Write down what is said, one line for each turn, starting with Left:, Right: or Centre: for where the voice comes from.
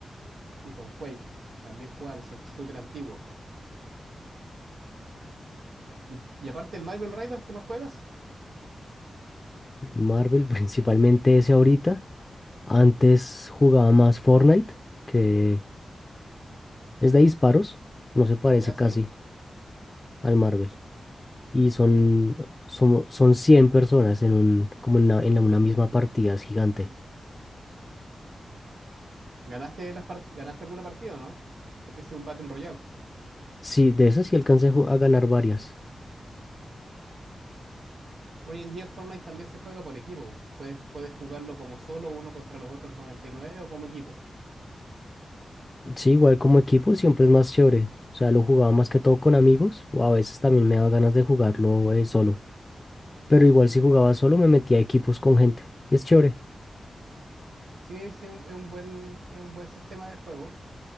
Right: y con Quake. También jugaba que son shooter antiguos. Y, y aparte del Marvel Rivals, ¿qué más juegas?
Left: Marvel, <laughs> principalmente ese ahorita. Antes jugaba más Fortnite, que es de disparos, no se parece
Right: Ya,
Left: casi
Right: sí.
Left: al Marvel. Y son, son, son 100 personas en un, como en una, en la- una misma partida, es gigante.
Right: ¿Ganaste, las part- ¿Ganaste alguna partida o no? Porque ese es un Battle Royale.
Left: Sí, de esas sí alcancé a ju- a ganar varias.
Right: Hoy en día el Fortnite también se juega por equipo. Puedes, puedes jugarlo como solo, uno contra los otros noventa y nueve o como equipo.
Left: Sí, igual como equipo siempre es más chévere. O sea, lo jugaba más que todo con amigos o a veces también me daba ganas de jugarlo eh, solo. Pero igual si jugaba solo me metía a equipos con gente y es chévere.
Right: Sí, sí, es un, es un buen, es un buen sistema de juego.